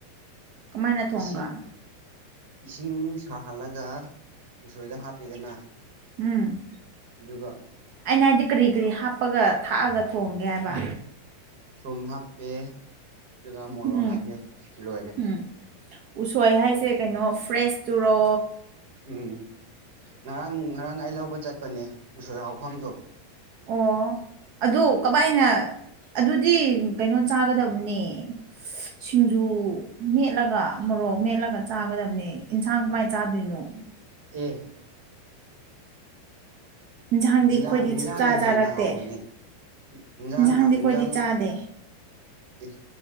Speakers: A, on the right (about 40°); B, on the right (about 60°).
A: ꯀꯃꯥꯏꯅ ꯊꯣꯡꯒ
B: ꯏꯁꯤꯡ ꯏꯁꯤꯡ ꯁꯥꯍꯜꯂꯒ ꯎꯁꯣꯏꯗ ꯍꯥꯞꯄꯦꯗꯅ
A: ꯎꯝ
B: ꯑꯗꯨꯒ
A: ꯑꯩꯅ ꯍꯥꯏꯗꯤ ꯀꯔꯤ ꯀꯔꯤ ꯍꯥꯞꯄꯒ ꯊꯥꯛꯑꯒ ꯊꯣꯡꯒꯦ ꯍꯥꯏꯕ
B: ꯊꯨꯝ ꯍꯥꯞꯄꯦ ꯑꯗꯨꯒ ꯃꯣꯔꯣꯛ
A: ꯎꯝ
B: ꯍꯥꯞꯄꯦ ꯂꯣꯏꯔꯦ
A: ꯎꯝ ꯎꯁꯣꯏ ꯍꯥꯏꯁꯦ ꯀꯩꯅꯣ ꯐ꯭ꯔꯦꯁ ꯇꯨꯔꯣ
B: ꯎꯝ ꯉꯔꯥꯡ ꯉꯔꯥꯡ ꯑꯩ ꯂꯧꯕ ꯆꯠꯄꯅꯦ ꯎꯁꯣꯏ ꯍꯧꯐꯝꯗꯣ
A: ꯑꯣ ꯑꯗꯨ ꯀꯃꯥꯏꯅ ꯑꯗꯨꯗꯤ ꯀꯩꯅꯣ ꯆꯥꯒꯗꯕꯅꯦ ꯁꯤꯡꯖꯨ ꯃꯦꯠꯂꯒ ꯃꯣꯔꯣꯛ ꯃꯦꯠꯂꯒ ꯆꯥꯒꯗꯝꯅꯦ ꯏꯟꯁꯥꯡ ꯀꯃꯥꯏ ꯆꯥꯗꯣꯏꯅꯣ
B: ꯑꯦ
A: ꯏꯟꯁꯥꯡꯗꯤ
B: ꯏꯟꯖꯥꯡ
A: ꯑꯩꯈꯣꯏꯗꯤ
B: ꯏꯟꯖꯥꯡꯅ
A: ꯁꯨꯡꯆꯥ
B: ꯍꯦꯟꯅ
A: ꯆꯥꯔꯛꯇꯦ
B: ꯍꯥꯎꯕꯅꯦ ꯏꯟꯖꯥꯡꯅ
A: ꯏꯟꯁꯥꯡꯗꯤ ꯑꯩꯈꯣꯏꯗꯤ
B: ꯏꯟꯖꯥꯡ
A: ꯆꯥꯗꯦ
B: ꯑꯦ